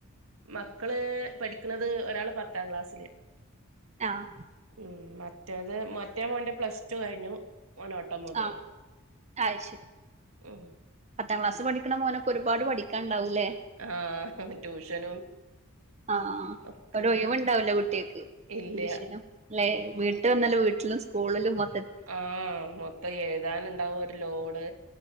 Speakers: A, on the right; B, on the right.
A: മക്കള് പഠിക്കുന്നത് ഒരാള് പത്താം ക്ലാസ്സില്
B: ആഹ്
A: ഉം അ മറ്റേത് മറ്റേ മോന്റെ പ്ലസ് ടു കഴിഞ്ഞു ഓൻ ഓട്ടോമൊബൈല്
B: ആഹ് അത് ശരി
A: ആ
B: പത്താം ക്ലാസ് പഠിക്കണ മോനൊരുപാട് പഠിക്കാണ്ടാവും ലേ
A: ആഹ് ട്യൂഷനും
B: ആ
A: ഒക്കെണ്ട്
B: ഒരൊയിവും ഉണ്ടാവില്ല കുട്ട്യോൾക്ക്
A: ഇല്ല
B: ടൂഷനും ല്ലെ വീട്ട് വന്നല്ല വീട്ടിലും സ്കൂളിലുംമോ
A: ആ മൊത്തം എഴുതാനുണ്ടാവും ഒരു ലോഡ്